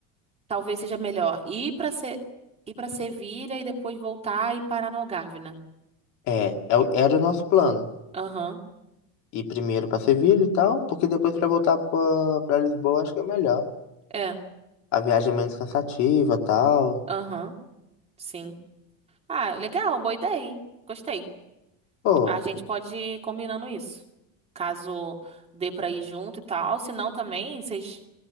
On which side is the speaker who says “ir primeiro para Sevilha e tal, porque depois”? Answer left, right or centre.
Left